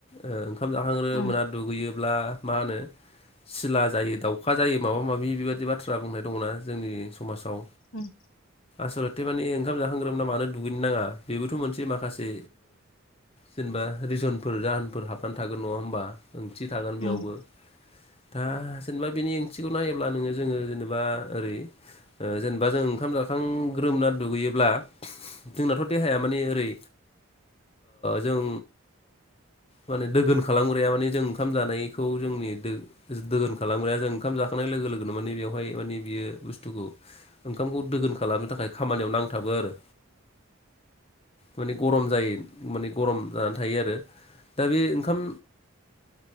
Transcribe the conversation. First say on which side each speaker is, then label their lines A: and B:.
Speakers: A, on the left; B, on the left.
A: ओ ओंखाम जाखांग्रोमोना
B: उम
A: दुगैयो ब्ला मा होनो सिला जायो दाउखा जायो माबा माबि बेबादि -- बा थ्रा बुंनाय दङना जोंनि समाजाव
B: औ
A: आसलथे माने ओंखाम जाखांग्रोमोनना मानो दुगैनो नाङा बेबोथ' मोनसे माखासे जेनेबा रिजनफोर जाहोनफोर हाबनानै थागोन नङा होमबा। ओंथि थागोन बेयावबो
B: उम
A: दा जेनेबा बिनि ओंथिखौ नायोब्ला नोङो जोङो जेनेबा ओरै जेनेबा जों ओंखाम जाखां ग्रोमना दुगैयोब्ला जोंनाथ' देहाया माने ओरै जों माने दोगोन खालामग्राया मान जों ओंखाम जानायखौ जोंनि द दोगोन खालामग्राया जों ओंखाम जाखांनाय लोगो लोगो माने बेवहाय मानिे बियो बुस्थुखौ ओंखामखौ दोगोन खालामनो थाखाय खामानियाव नांथाबो आरो। माने गरम जायो माने गरम जानानै थायो आरो। दा बे ओंखाम